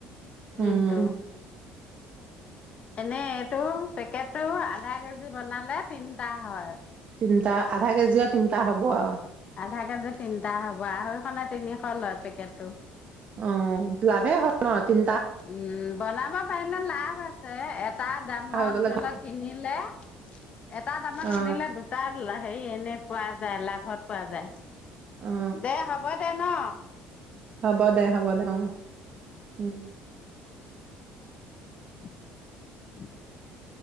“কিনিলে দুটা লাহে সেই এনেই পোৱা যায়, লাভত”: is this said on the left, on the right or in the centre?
Left